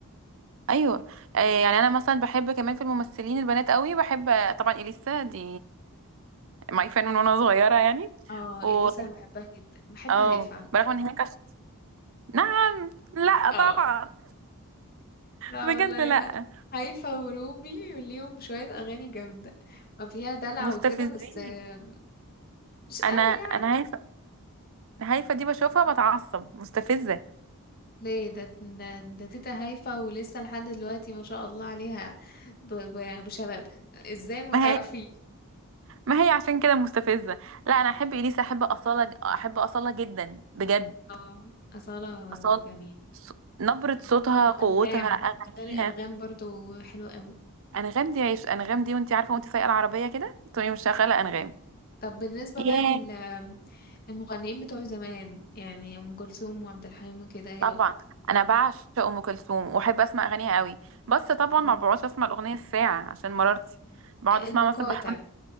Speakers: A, on the right; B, on the left.
A: ايوه آه، يعني انا مثلا بحب كمان في الممثلين البنات قوي بحب آه، طبعا اليسا دي ماي فان من وانا صغيره يعني
B: اه إليسا
A: و
B: بحبها جدا بحب
A: اه
B: هايفا على فكرة
A: برغم ان هي كش... نعم لا
B: اه
A: طبعا
B: لا
A: بجد
B: والله
A: لا
B: هاي- هايفا وروبي ليهم شوية أغاني جامدة فيها دلع
A: مستفزين
B: وكده بس آه، مش قوي
A: انا انا
B: يعني
A: هايفه هايفه دي بشوفها بتعصب مستفزه
B: ليه ده ده, ده تيتا هايفا ولسه لحد دلوقتي ما شاء الله عليها ب- ب- بشبابها ازاي ما
A: ما
B: تعرفي
A: هي ما هي عشان كده مستفزه لا انا احب اليسا احب اصاله احب اصاله جدا بجد
B: اه أصالة
A: اصاله
B: جميلة
A: ص- نبره صوتها
B: وأنغام
A: قوتها اغانيها
B: أغاني أنغام برضو حلوة قوي
A: انغام دي عيش انغام دي وانت عارفه وانت سايقه العربيه كده تقومي مشغله انغام
B: طب بالنسبة
A: ياه
B: بقى لل المغنيين بتوع زمان يعني أم كلثوم وعبد الحليم وكده ايه
A: طبعا
B: رأيك
A: انا بعشق ام كلثوم واحب اسمع اغانيها قوي بس طبعا
B: مم.
A: ما بقعدش اسمع الاغنيه الساعه عشان مرارتي بقعد
B: المقاطع
A: اسمع مثلا بحوالي